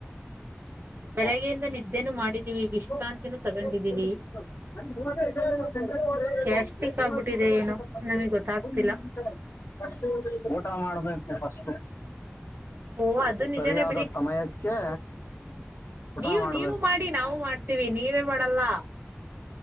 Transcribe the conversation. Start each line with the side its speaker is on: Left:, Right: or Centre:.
Left: <unintelligible> <unintelligible>
Right: ಬೆಳಗ್ಗೆಯಿಂದ ನಿದ್ದೆನು ಮಾಡಿದೀವಿ ವಿಶ್ರಾಂತಿನೂ ತಗೊಂಡಿದೀವಿ ಗ್ಯಾಸ್ಟ್ರಿಕ್ ಆಗ್ಬಿಟ್ಟಿದೆ ಏನೋ ನಮಗ್ ಗೊತ್ತಾಗ್ತಿಲ್ಲ
Left: ಊಟ ಮಾಡ್ಬೇಕು ಫಸ್ಟು.
Right: ಓ ಅದು
Left: ಸರಿಯಾದ
Right: ನಿಜಾನೇ
Left: ಸಮಯಕ್ಕೆ ಊಟ
Right: ನೀವ್
Left: ಮಾಡ್ಬೇಕು
Right: ನೀವು ಮಾಡಿ ನಾವು ಮಾಡ್ತೀವಿ ನೀವೇ ಮಾಡಲ್ಲ.